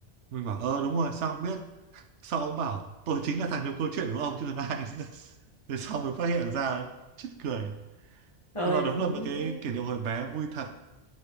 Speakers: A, on the right; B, on the left.
A: Mình bảo ờ đúng rồi, sao ông biết? <laughs> Sau ông bảo tôi chính là thằng nhiều câu chuyện của ông chứ còn ai <laughs> nữa. Thế sau mới phát hiện ra chết cười
B: ôi
A: nhưng mà
B: vui
A: đúng là một cái
B: thế
A: kỷ niệm hồi bé vui thật